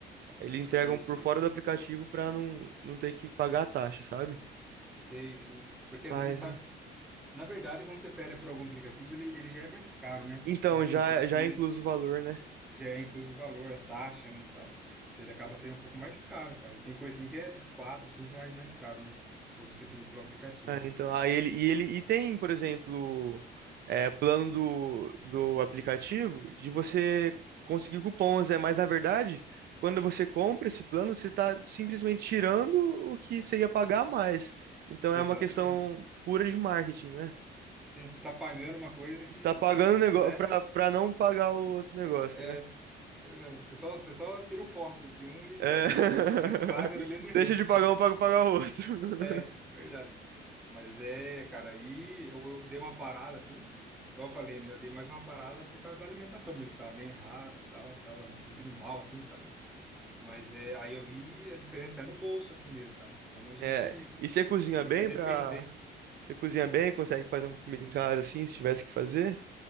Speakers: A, on the right; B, in the centre.
A: Eles
B: Sei,
A: entregam por
B: sei,
A: fora do aplicativo pra não, não ter que pagar a taxa, sabe?
B: sei, sei. Porque às
A: Mas,
B: vezes, sabe,
A: é.
B: na verdade, quando você pede por algum aplicativo, ele, ele já é mais caro, né?
A: então,
B: Então, assim,
A: já,
B: se você
A: já é incluso o valor, né?
B: já é incluso o valor, a taxa, né, e tal, então ele acaba saindo um pouco mais caro, cara. E tem coisa assim que é tipo 4 5 reais mais caro, né? Pra você pedir pelo aplicativo.
A: É, então, aí ele e ele e tem, por exemplo, é, plano do, do aplicativo de você conseguir cupons, é, mas na verdade, quando você compra esse plano, você está simplesmente tirando o que você ia pagar a mais. Então
B: Exatamente.
A: é uma questão pura de marketing, né?
B: Sim, você tá pagando uma coisa que,
A: Você está pagando o negócio
B: né?
A: para para não pagar o outro negócio,
B: é
A: né?
B: É verdade. Você só, você só tira o foco de um e
A: É.
B: joga pro
A: <laughs>
B: outro, né? Mas paga do mesmo
A: Deixa
B: jeito.
A: de pagar
B: <laughs>
A: um para pagar o outro.
B: É,
A: <laughs>
B: verdade. Mas é, cara, aí eu, eu dei uma parada assim. Igual eu falei, né? Eu dei mais uma parada por causa da alimentação mesmo. Tava bem errada, tal. Tava me sentindo mal, assim, sabe? Mas é, aí eu vi a diferença é no bolso, assim mesmo, sabe? Como a gente
A: É, e você cozinha
B: fica
A: bem
B: dependente.
A: para você cozinha bem, consegue fazer uma comida em casa assim, se tivesse que fazer?